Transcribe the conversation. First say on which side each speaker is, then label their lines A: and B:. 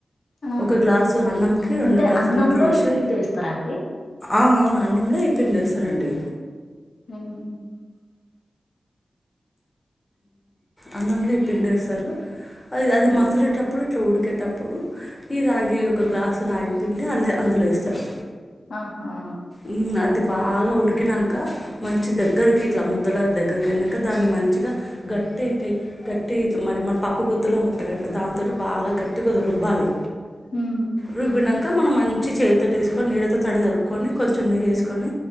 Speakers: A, on the left; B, on the left.
A: ఆ
B: ఒక గ్లాసు అన్నంకి రెండు
A: అంటే
B: గ్లాసు
A: అన్నంలో
B: నీళ్ళు పోసి
A: ఈ పిండి వేస్తారా అండి
B: ఆ అవును అన్నంలో ఈ పిండేస్తారండి
A: ఉమ్
B: అన్నంలో ఈ పిండేస్తారు అది అది మసిలేటప్పుడు ఇట్లా ఉడికేటప్పుడు ఈ రాగి ఒక గ్లాసు రాగి పిండి అందు అందులో ఎస్తారు
A: ఆహా
B: ఉ అది బాగా ఉడికినాంక మంచి దగ్గరికి ఇట్లా ముద్దల దగ్గరికి అయినాక దాన్ని మంచిగా గట్టి అయితే గట్టి మరి మన పప్పు గుత్తులా ఉంటాందిండి దాంతోటి బాగా గట్టిగా అది రుబ్బాలి
A: ఉమ్.
B: రుబ్బిన క్ ఇంకా మనం మంచి చేతితోటి తీసుకొని నీళ్ళతో తడి తడుపుకొని కొంచె నెయ్యి వేసుకొని